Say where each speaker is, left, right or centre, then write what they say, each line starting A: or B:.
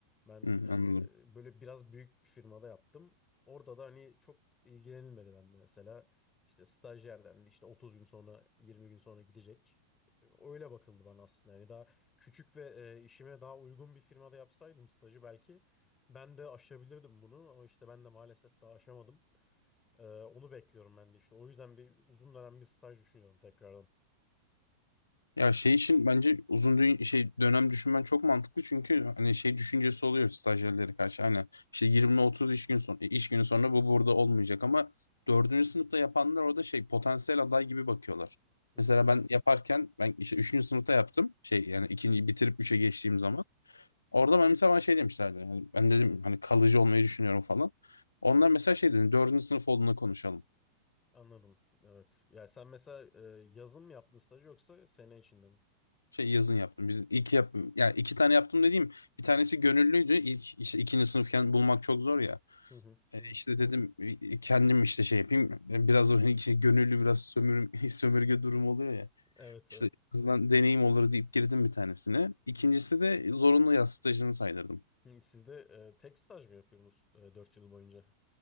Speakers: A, on the left (about 20°); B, on the left (about 75°).
A: ben
B: Hı, anladım.
A: e, böyle biraz büyük bir firmada yaptım. Orada da hani çok ilgilenilmedi bende mesela. İşte stajyer dendi işte 30 gün sonra 20 gün sonra gidecek. E, Öyle bakıldı bana aslında. Yani daha küçük ve e, işime daha uygun bir firmada yapsaydım stajı belki ben de aşabilirdim bunu ama işte ben de maalesef daha aşamadım. Ee, onu bekliyorum ben de işte. O yüzden bir uzun dönem bir staj düşünüyorum tekrardan.
B: Ya şey için bence uzun dü- şey dönem düşünmen çok mantıklı çünkü hani şey düşüncesi oluyor stajyerlere karşı hani işte 20-30 iş gün son e, iş günü sonra bu burada olmayacak ama dördüncü sınıfta yapanlar orada şey potansiyel aday gibi bakıyorlar.
A: Hı
B: Mesela
A: hı,
B: ben yaparken ben işte üçüncü sınıfta yaptım şey yani ikinci bitirip üçe geçtiğim zaman orada ben mesela bana şey demişlerdi yani ben dedim hani kalıcı olmayı düşünüyorum falan. Onlar mesela şey dedi dördüncü sınıf olduğunda konuşalım.
A: anladım. Evet. Ya sen mesela e, yazın mı yaptın staj yoksa sene içinde mi?
B: Şey yazın yaptım. Biz ilk yap yani iki tane yaptım dediğim bir tanesi gönüllüydü. İlk işte ikinci sınıfken bulmak çok zor ya.
A: Hı hı,
B: E,
A: hı.
B: işte dedim e, kendim işte şey yapayım. E, Biraz o hani şey, gönüllü biraz sömür, <laughs> sömürge durumu oluyor ya.
A: Evet,
B: İşte
A: evet.
B: en azından deneyim olur deyip girdim bir tanesine. İkincisi de zorunlu yaz stajını saydırdım.
A: Hı, Siz de e, tek staj mı yapıyorsunuz e, 4 yıl boyunca?